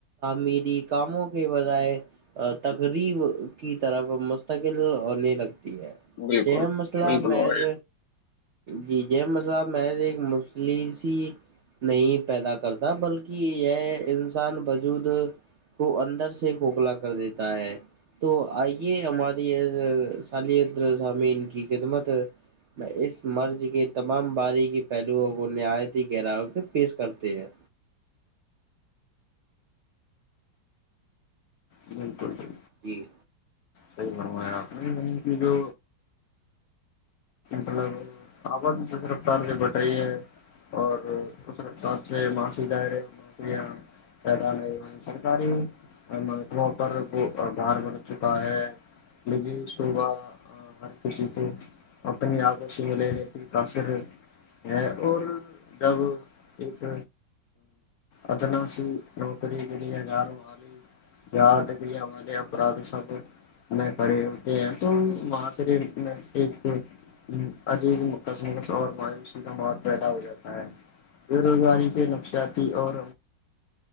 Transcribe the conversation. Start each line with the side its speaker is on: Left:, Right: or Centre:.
Right: مری کاموں کے بجائے تقریب کی طرف مستقل اور لگتی ہے
Left: بالکل
Right: ا مسئلہ
Left: بالکل
Right: محض
Left: ہو
Right: جی مسحب میں ایک مسلم نہیں پیدا کرتا بلکہ یہ انسان وجود کو اندر سے کھوکھلا کر دیتا ہے تو آئیے ہماری سالتر سام کی کت مت میں اس مرض کے تمام باریکی پہلوؤں کو نہایتی گرا کے پیش کرتے ہیں
Left: بالکل بالکل
Right: جی
Left: صحیح آپ کی جو طلب آواز رفتار جو بٹائی ہے اور اس سے ماںسی ڈے یہاں پیدا نہیں سرکاری مکموں پر بھار بڑھ چکا ہے للی سوبا گھر کے چیز اتنے آگوش وے کاصر ہے اور جب ایک ادناا سے نوکری لییا ار آگ یا ڈگری آ والے ا اپراد سب میں کھڑے ہوتے ہیں تو وہاں سے بھی میںھ عدیب مقسمت اور مایوسی کا مت پیدا ہو جاتا ہے بے روزگاری سے نقشیاتی اور